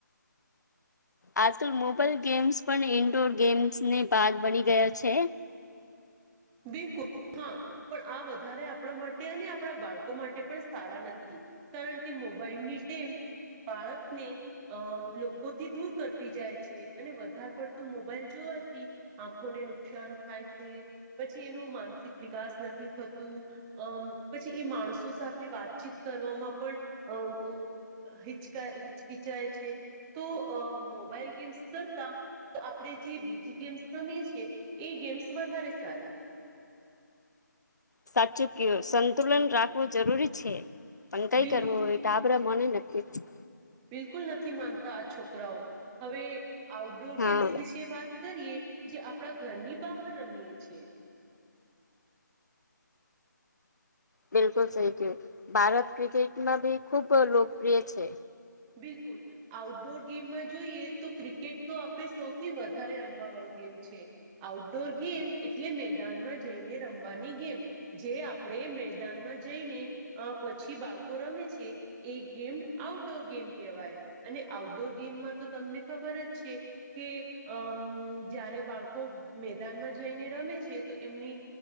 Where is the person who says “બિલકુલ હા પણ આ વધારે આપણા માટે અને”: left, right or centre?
Centre